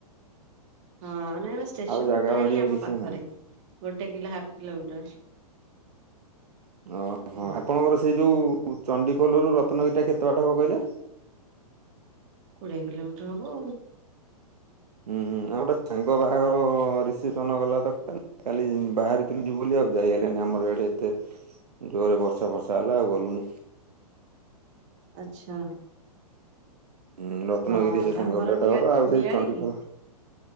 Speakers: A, on the right (about 50°); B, on the right (about 80°).
A: ହଁ ନାଇ ଷ୍ଟେସନ
B: ଆଉ ଜାଗା
A: ଟା ହିଁ
B: ବାଡିଆ
A: ଆମ
B: କିଛି
A: ପାଖରେ
B: ନାହିଁ।
A: ଗୋଟେ କିଲା ହାଫ୍ କିଲୋମିଟର
B: ଓହୋ
A: ହୁଁ।
B: ଆପଣଙ୍କର ସେଇ ଯୋଉ ଚଣ୍ଡିଖୋଲରୁ ରତ୍ନଗିରିଟା କେତେ ବାଟା ହବ କହିଲେ?
A: କୋଡି଼ଏ କିଲୋମିଟର ହବ ଆଉ।
B: ହୁଁ ହୁଁ ଆଉ ଗୋଟେ ସାଙ୍ଗ ବାହାଘର ରିସେପ୍ସନ ଗଲା ତ କାଲି କାଲି ବାହାରିଥିଲୁ ଯିବୁ ବୋଲି ଆଉ ଯାଇ ହେଲୋନି ଆମର ଏଆଡେ ଏତେ ଜୋରରେ ବର୍ଷା ବର୍ଷା ହେଲା ଆଉ ଗଲୁ ନିଜ।
A: ଆଚ୍ଛା।
B: ହୁଁ ରତ୍ନଗିରି
A: ହଁ
B: ସେ
A: ତାଙ୍କ
B: ସାଙ୍ଗ ପିଲାଟ
A: ନିଆ
B: ଘର ଆଉ ସେଇ
A: ନିଆଳି
B: ଚଣ୍ଡିଖୋଲ
A: କି